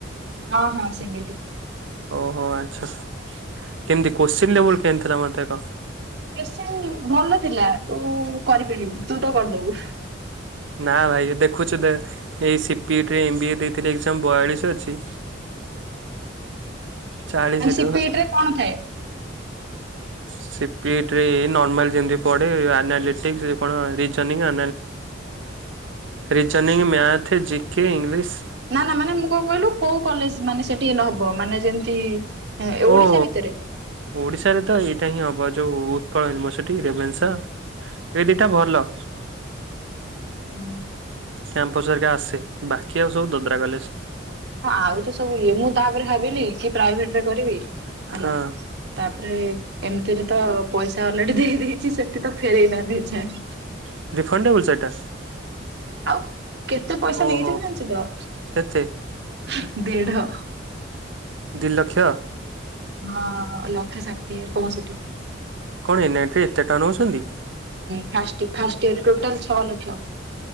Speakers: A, on the right; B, on the right.
A: ହଁ ହଁ ସେମିତି।
B: ଓହୋ ଆଚ୍ଛା, କେମିତି କୋଶ୍ଚିନ୍ ଲେବୁଲ କେଏତି ଥିଲା <unintelligible>
A: ବେଶୀ ଭଲ ଥିଲା ତୁ କରିପାରିବୁ ତୁ ତ କରିଦବୁ।
B: ନା ଭାଇ ଦେଖୁଚୁ ଦେ ଏଇ ସିପି ଏଇଟିରେ ଏମ୍ ବି ଏ ଦେଇଥିଲେି ଏକ୍ଜାମ ବୟାଳିଶ ଅଛି। ଚାଳିଶରୁ
A: ଆ ସି ପି ଇ ଟି ରେ କଣ ଥାଏ?
B: ହ ସିପି ଇ ଟି ରେ ଏଇ ନର୍ମଲ ଯୋଉ ପଡେ ଆନାଲିଟିିକସ କଣ reasoning. ରିଯୋନିଙ୍ଗି math G K English.
A: ନା ନା ମାନେ ମୁଁ କଣ କହିଲୁ କୋଉ କଲେଜ ମାନେ ସେଠି ନହବ ମାନେ ଯେମିତି ଓଡିଶା
B: ଓୋ।
A: ଭିତରେ?
B: ଓଡ଼ିଶାରେ ତ ଏଇଟା ହିଁ ହବ ଯୋଉ ଉତ୍କଳ ୟୁନିଭର୍ସିଟି ରେବେନ୍ସା। <unintelligible> ଭଲ।
A: ହୁଁ
B: କ୍ୟାମ୍ପସ ହରିକା ଆସେ ବାକି ଆଉ ସବୁ ଦଦ୍ରା କଲେଜ।
A: ହଁ ଆଉ ତ ସବୁ ଇଏ ମୁଁ ତାପରେ ଭାବିନି କି ପ୍ରାଇଭେଟ ରେ କରିବି ହେଲା।
B: ହଁ
A: ତାପରେ ଏମିତିରେ ତ ପଇସା ଅଲରେଡି ଦେଇ ଦେଇେଇଚି ସେଠି ତ ଫେରଇନାହାନ୍ତି ଏଯାଏ।
B: <unintelligible>
A: ଆଉ କେତେ ପଇସା
B: ଓହୋ
A: ନେଇଚନ୍ତି ଜାଣୁଚୁ ତ?
B: କେତେ
A: ଦେଢ
B: ଦିଇ ଲକ୍ଷ।
A: ହଁ ଲକ୍ଷେ ଷାଠେଏ ପରେ।
B: ପୁଣି ଏତେ <unintelligible>
A: ହଁ ଫା ଫାଷ୍ଟ ଇୟର ଟୋଟଲ ଛଅ ଲକ୍ଷ।